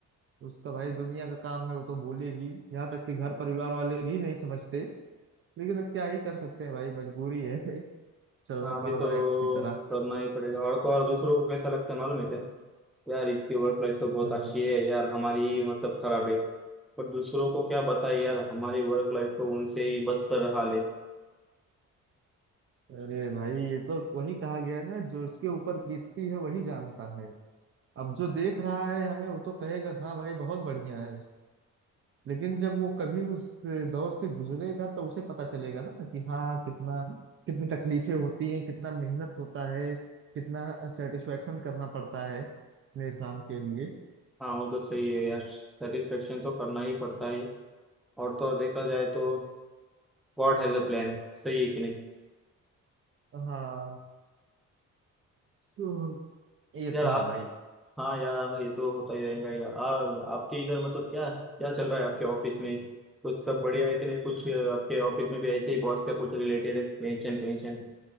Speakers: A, on the right; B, in the centre.
A: उसका भाई दुनिया का काम है वो तो बोलेगी यहाँ तक कि घर परिवार वाले भी नहीं समझते लेकिन अब क्या ही कर सकते हैं भाई मजबूरी है <laughs> चलना
B: हाँ अभी
A: पड़
B: तो
A: रहा है किसी तरह
B: करना ही पड़ेगा और तो और दूसरों को कैसा लगता है मालूम है क्या यार इसकी वर्क लाइफ तो बहुत
A: हाँ
B: अच्छी है यार हमारी मतलब खराब है पर दूसरों को क्या बताए यार हमारी वर्क लाइफ तो उनसे ही बदतर हाल है
A: अरे भाई ये तो वही कहा गया है ना जो उसके ऊपर बीतती है वही जानता है अब जो देख रहा है हमें वो तो कहेगा हाँ भाई बहुत बढ़िया है लेकिन जब वो कभी उस दौर से गुजरेगा तो उसे पता चलेगा ना कि हाँ कितना कितनी तकलीफें होती हैं कितना मेहनत होता है कितना सेटिस्फेक्शन करना पड़ता है अपने काम के लिए
B: हाँ वो तो सही है यार सेटिस्फेक्शन तो करना ही पड़ता है और तो और देखा जाए तो गॉड हैज अ प्लान सही है कि नहीं
A: हाँ सो- ये तो
B: यार आप
A: है भाई
B: हाँ यार ये तो होता ही रहेगा यार आ, आपके इधर मतलब क्या क्या चल रहा है आपके ऑफिस में कुछ सब बढ़िया है कि नहीं कुछ अ, आपके ऑफिस में भी ऐसे ही बॉस का कुछ रिलेटेड है टेंशन टेंशन